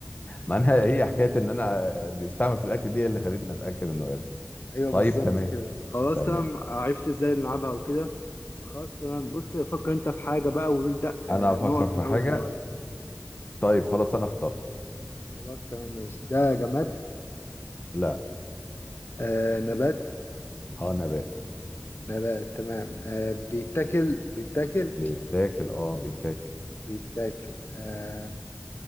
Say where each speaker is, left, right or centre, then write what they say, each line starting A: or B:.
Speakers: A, on the left; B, on the left.
A: ما انا هي حكايه ان انا بيستعمل في الاكل دي اللي خلتني اتاكد انه قرد
B: ايوه
A: طيب
B: بالظبط
A: تمام
B: كده خلاص
A: تمام
B: تمام عرفت ازاي نلعبها وكده فخلاص تمام بص فكر انت في حاجه بقى ونبدا آه،
A: انا هفكر
B: نقط
A: في
B: من اول
A: حاجه
B: دلوقتي
A: طيب خلاص انا اخترت
B: خلاص تمام ماشي ده جماد
A: لا
B: آه نبات
A: اه نبات
B: نبات تمام آه بيتاكل بيتاكل
A: بيتاكل اه بيتاكل
B: بيتاكل آه